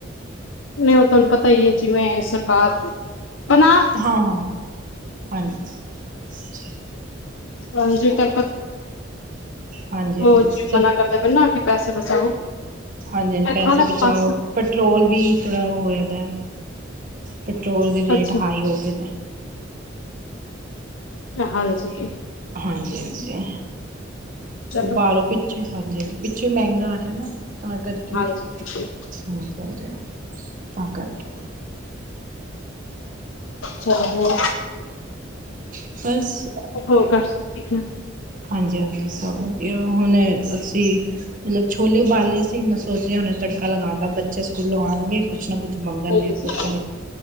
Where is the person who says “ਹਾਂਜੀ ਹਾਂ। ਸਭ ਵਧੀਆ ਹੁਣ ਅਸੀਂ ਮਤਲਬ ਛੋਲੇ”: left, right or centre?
Right